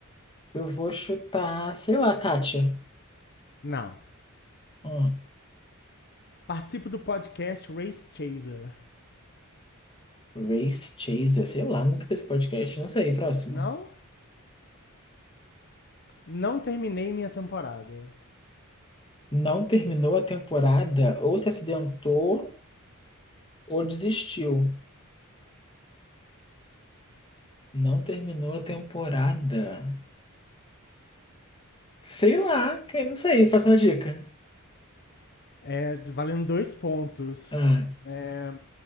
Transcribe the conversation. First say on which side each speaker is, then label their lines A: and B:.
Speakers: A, on the left (about 25°); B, on the left (about 50°).
A: eu vou chutar, sei lá, Kátia.
B: Não.
A: Hum,
B: Participo do podcast Race Chaser.
A: Race Chaser, sei lá, nunca vi esse podcast, não sei, próximo.
B: Não? Não terminei minha temporada.
A: Não terminou a temporada, ou se acidentou, ou desistiu. Não terminou a temporada. Sei lá, que- não sei, faça uma dica.
B: É, valendo dois pontos.
A: Ah,
B: É,